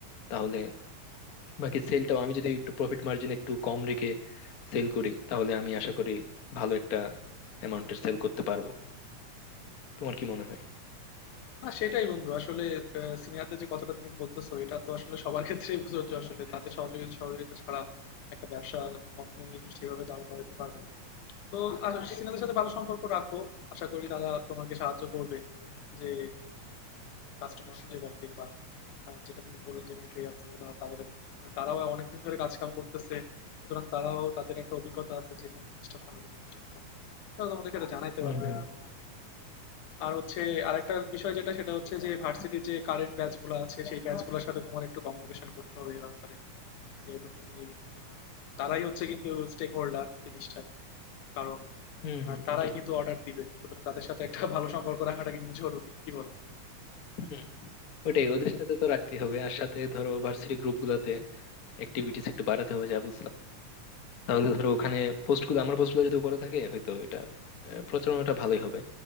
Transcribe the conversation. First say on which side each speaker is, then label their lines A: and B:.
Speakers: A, on the left; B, on the left.
A: তাহলে বাকি সেলটাও আমি যদি একটু প্রফিট মার্জিন একটু কম রেখে সেল করি তাহলে আমি আশা করি ভালো একটা অ্যামাউন্টের সেল করতে পারবো তোমার কি মনে হয়
B: না সেটাই বন্ধু আসলে সিনিয়রদের যে কথাটা তুমি বলতেছো এটা তো আসলে সবার ক্ষেত্রেই প্রযোজ্য আসলে তাদের সহযোগিতা সহযোগিতা ছাড়া একটা ব্যবসা কখনোই সেভাবে দাঁড় করাতে পারবে না তো আসলে সিনিয়রদের সাথে ভালো সম্পর্ক রাখো আশা করি তারা তোমাকে সাহায্য করবে যে কাস্টমার খুঁজে পাইতে বা আহ, যেটা তুমি বললে যে ম্যাটেরিয়ালস গুলো তাদের তারাও অনেকদিন ধরে কাজ কাম করতেছে সুতরাং তারাও তাদের একটা অভিজ্ঞতা আছে যে কোন জিনিসটা ভালো কোন জিনিসটা খারাপ তারা তোমাকে সেটা জানাইতে
A: হুম
B: পারবে
A: হুম
B: আর কি আর হচ্ছে আরেকটা বিষয় যেটা সেটা হচ্ছে যে ভার্সিটির যে কারেন্ট ব্যাচগুলো আছে সেই ব্যাচগুলোর সাথে তোমার একটু কমিউনিকেশন করতে হবে এ ব্যাপারে যেহেতু তুমি আহ, তারাই হচ্ছে কিন্তু স্টেক হোল্ডার জিনিসটার কারণ
A: হুম
B: আহ,
A: হুম
B: তারাই
A: এটাই
B: কিন্তু অর্ডার দিবে সুতরাং তাদের সাথে একটা ভালো সম্পর্ক রাখাটা কিন্তু জরুরি কি বলো
A: হুম ওটাই ওদের সাথে তো রাখতেই হবে আর সাথে ধরো ভার্সিটি গ্রুপ গুলাতে অ্যাক্টিভিটিস একটু বাড়াতে হবে যা বুঝলাম তাহলে ধরো ওখানে পোস্ট গুলো আমার পোস্ট গুলো যদি উপরে থাকে হয়তো এটা আহ, প্রচারণাটা ভালোই হবে